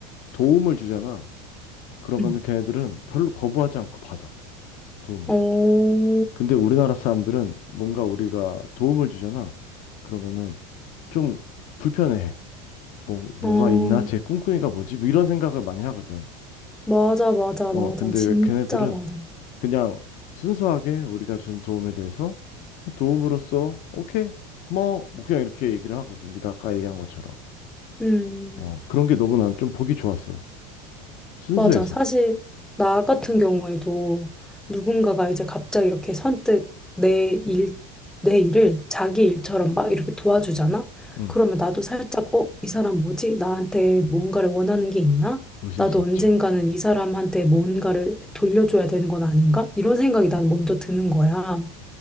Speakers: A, on the left; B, in the centre.
A: 도움을 주잖아. 그러면은
B: 음.
A: 걔네들은 별로 거부하지 않고 받아. 도움을.
B: 어,
A: 근데 우리나라 사람들은 뭔가 우리가 도움을 주잖아. 그러면은 좀 불편해해. 뭐, 뭐가
B: 어,
A: 있나? 쟤 꿍꿍이가 뭐지? 뭐 이런 생각을 많이 하거든.
B: 맞아, 맞아,
A: 어,
B: 맞아.
A: 근데
B: 진짜
A: 걔네들은
B: 맞아.
A: 그냥 순수하게 우리가 준 도움에 대해서 그냥 도움으로써 오케이 고마워 뭐 그냥 이렇게 얘기를 하거든 네가 아까 얘기한 것처럼
B: 음.
A: 어 그런 게 너무 난 좀 보기 좋았어 순수해서
B: 맞아. 사실 나 같은 경우에도 누군가가 이제 갑자기 이렇게 선뜻 내 일, 내 일을 자기 일처럼 막 이렇게 도와주잖아?
A: 응
B: 그러면 나도 살짝, 어, 이 사람 뭐지? 나한테 뭔가를 원하는 게 있나?
A: 의심스럽지
B: 나도 언젠가는 이 사람한테 뭔가를 돌려줘야 되는 건 아닌가? 이런 생각이 난 먼저 드는 거야.